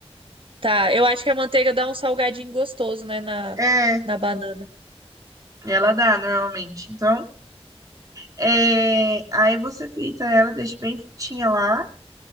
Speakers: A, on the right; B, on the right.
A: Tá, eu acho que a manteiga dá um salgadinho gostoso, né, na,
B: É,
A: na banana.
B: ela dá normalmente. Então, é, aí você frita ela, deixa bem fritinha lá.